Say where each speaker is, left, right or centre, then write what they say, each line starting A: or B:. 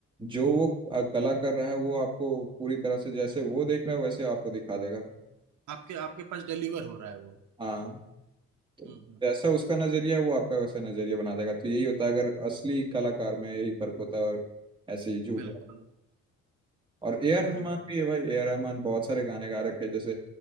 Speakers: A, on the right; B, on the right.
A: जो वो कला कर रहा है वो आपको पूरी तरह से जैसे वो देख रहा है वैसे आपको दिखा देगा
B: आपके आपके पास डिलीवर हो रहा है वो
A: हाँ तो
B: हम्म हम्म,
A: जैसा उसका नजरिया है वो आपका वैसा नजरिया बना देगा तो यही होता है अगर असली कलाकार में यही फर्क होता है और ऐसे ही झूठ
B: बिल्कुल
A: और ए आर रहमान
B: हम्म हम्म,
A: भी है भाई ए आर रहमान बहुत सारे गाने गा रखे हैं जैसे